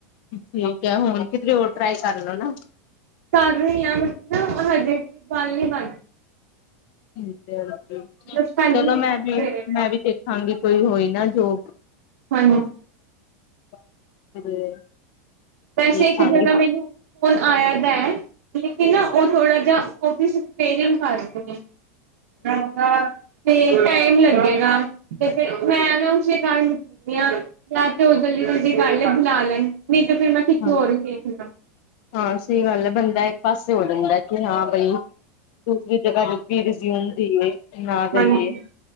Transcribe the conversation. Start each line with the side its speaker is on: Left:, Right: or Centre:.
Left: ਠੀਕ ਹੈ, ਹੁਣ ਕਿਧਰੇ ਹੋਰ ਟਰਾਈ ਕਰ ਲੋ ਨਾ।
Right: ਕਰ ਰਹੀ ਹਾਂ, ਮਤਲਬ, ਹਜੇ ਗੱਲ ਨੀ ਬਣ
Left: ਠੀਕ ਹੈ ਹਾਂਜੀ,
Right: ਮਤਲਬ ਸੈਲਰੀ
Left: ਚਲੋ ਮੈਂ
Right: ਘੱਟ
Left: ਵੀ,
Right: ਦੇ ਰਹੇ ਨੇ
Left: ਮੈਂ ਵੀ ਦੇਖਾਂਗੀ, ਕੋਈ ਹੋਈ ਨਾ ਜੋਬ
Right: ਹਾਂਜੀ।
Left: <inaudible>
Right: ਵੈਸੇ,
Left: ਦੇਖਾਂਗੀ।
Right: ਇੱਕ ਜਗ੍ਹਾ, ਮੈਨੂੰ ਫੋਨ ਆਇਆ ਤਾਂ ਹੈ। ਲੇਕਿਨ ਨਾ ਉਹ ਥੋੜਾ ਜਿਹਾ ਆਫਿਸ ਰਿਪੇਅਰਿੰਗ ਕਰ ਰਹੇ ਨੇ। ਅੱਛਾ, ਤੇ ਟਾਈਮ ਲੱਗੇਗਾ, ਤੇ ਫਿਰ ਮੈਂ ਨਾ, ਉਸੇ ਕਾਰਨ ਯਾ ਤੇ, ਉਹ ਜਲਦੀ-ਜਲਦੀ ਕਲ ਈ ਬੁਲਾ ਲੈਣ, ਨਹੀਂ ਤੇ ਫੇਰ ਮੈਂ, ਕਿਤੇ
Left: ਹਾਂਜੀ
Right: ਹੋਰ ਹੀ ਵੇਖ ਲਾ।
Left: ਹਾਂ, ਸਹੀ ਗੱਲ ਹੈ। ਬੰਦਾ ਇੱਕ ਪਾਸੇ ਹੋ ਜਾਂਦਾ ਕਿ, ਹਾਂ ਬਾਈ ਦੂਸਰੀ ਜਗ੍ਹਾ ਵੀ, ਰਿਜ਼ਿਊਮ ਦੇਈਏ ਨਾ, ਦਈਏ।
Right: ਹਾਂਜੀ